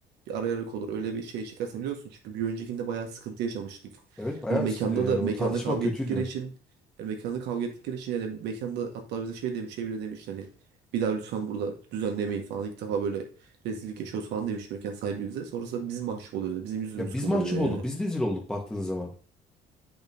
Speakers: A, on the right; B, in the centre.
A: Bir arayarak olur. Öyle bir şey çıkarsa biliyorsun. Çünkü bir öncekinde bayağı sıkıntı yaşamıştık.
B: Evet bayağı
A: Hani mekanda
B: bir sıkıntı yani
A: da mekanda
B: o tartışma
A: kavga
B: kötüydü.
A: ettikleri için yani mekanda kavga ettikleri için yani mekanda hatta bize şey demiş şey bile demiş hani bir daha lütfen burada düzenlemeyin falan. İlk defa böyle rezillik yaşıyoruz falan demiş mekan sahibi bize. Sonrasında biz mahcup oluyoruz. Bizim yüzümüz
B: Ya biz
A: kızarıyor
B: mahcup olduk,
A: yani.
B: biz rezil olduk baktığınız zaman.